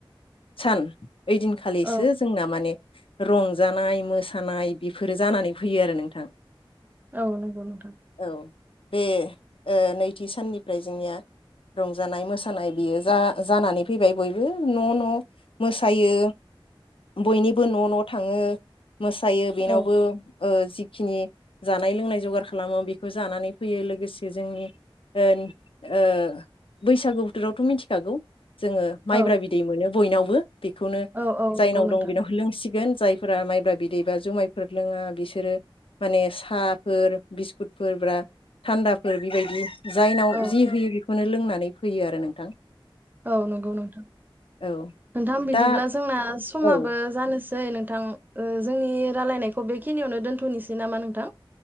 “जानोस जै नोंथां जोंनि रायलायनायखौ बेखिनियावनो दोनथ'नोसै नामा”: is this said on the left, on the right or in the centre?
Right